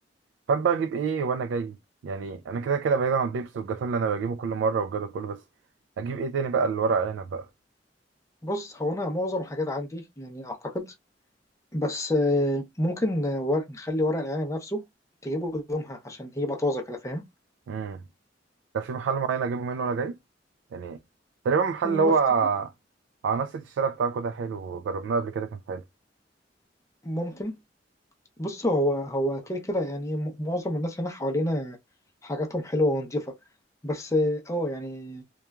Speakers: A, on the right (about 85°); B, on the left (about 15°).
A: فاهم بقى أجيب إيه وأنا جاي يعني أنا كده كده بعيد عن البيبسي والجاتون اللي أنا بجيبه كل مرة والجو ده كله بس أجيب إيه تاني بقى الورق العنب بقى
B: بص هو انا معظم الحاجات عندي يعني اعتقد بس آه، ممكن آه، ورق نخلي ورق العنب نفسه تجيبه يومها عشان ايه يبقى طازه كده فاهم
A: امم ده في محل معين أجيبه منه وأنا جاي يعني تقريبا محل
B: ما
A: اللي هو
B: افتكر
A: على نفس الشارع بتاعكوا ده حلو جربناه قبل كده كان حلو
B: ممكن بص هو هو كده كده يعني م- معظم الناس هنا حوالينا حاجاتهم حلوه ونضيفه بس اه آه، يعني